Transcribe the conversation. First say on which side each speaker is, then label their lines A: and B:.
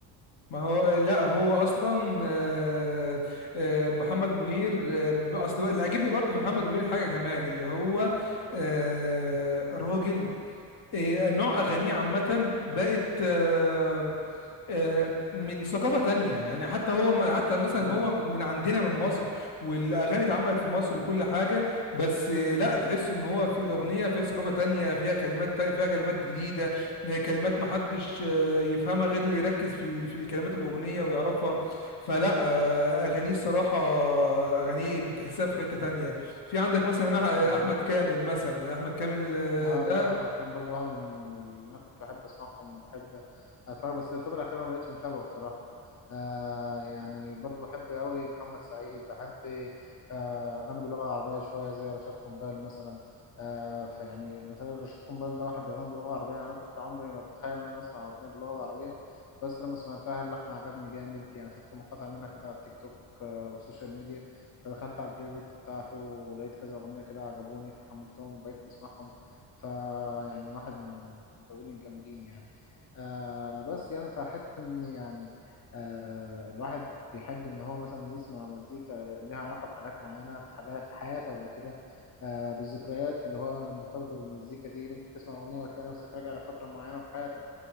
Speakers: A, on the left; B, on the left.
A: ما هو لا هو اصلا آه، آه، محمد منير آه، اصل بقى اللي عاجبني برضو في محمد منير حاجه كمان اللي هو آه، راجل آه، نوع اغانيه عامه بقت آه، آه، من ثقافة تانية يعني حتى هو م- حتى مثلا
B: امم
A: هو من عندنا من مصر والأغاني اتعملت في مصر وكل حاجة بس آه، لا تحس إن هو في الأغنية فيها ثقافة تانية فيها كلمات تا- فيها كلمات جديدة آه، كلمات محدش آه، يفهمها غير اللي يركز في ال- في الكلمات الأغنية ويعرفها فلا آه، أغانيه الصراحة آه، أغانيه بتحسها في حتة تانية في عندك مثلا أح- آه،
B: امم
A: أحمد كامل مثلا أحمد كامل آه،
B: اه
A: ده
B: لا احمد كان برضو واحد من اللي انا كنت بحب اسمعهم وبحب اتفرج بس الفتره الاخيره ما بقتش متابعه بصراحه آه يعني برضو بحب قوي محمد سعيد بحب آه اغاني باللغه العربيه شويه زي رشاد قنبال مثلا آه فيعني رشاد قنبال ده واحد بيغني باللغه العربيه يعني انا كنت عمري ما اتخيل ان انا اسمع اغنيه باللغه العربيه بس لما سمعتها اللحن عجبني جامد يعني شفت مقاطع منها كده على التيك توك آه والسوشيال ميديا فدخلت على البلاي ليست بتاعته ولقيت كذا اغنيه كده عجبوني فحملتهم وبقيت بسمعهم فيعني واحد من المطربين الجامدين يعني آه بس يعني فحتة إن يعني آه الواحد بيحب إن هو مثلا يسمع مزيكا لها علاقة بحاجات معينة في حاجات في حياته قبل كده آه بالذكريات اللي هو مرتبطة بالمزيكا دي ممكن تسمع أغنية وتلاقي نفسك راجع لفترة معينة في حياتك